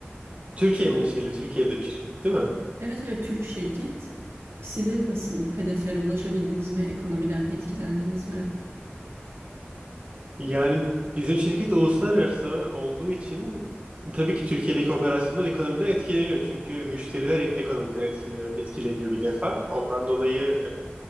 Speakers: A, on the right (about 30°); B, on the right (about 75°).
A: Türkiye menşeli, Türkiye'de bir şirket değil mi?
B: Evet evet Türk şirket. Sizin nasıl hedeflere ulaşabildiniz mi? Ekonomiden etkilendiniz mi?
A: Yani bizim şirket uluslararası olduğu için tabii ki Türkiye'deki operasyonlar ekonomiden etkileniyor. Çünkü müşteriler ek- ekonomiden etkileniyor, etkileniyor bir defa. Ondan dolayı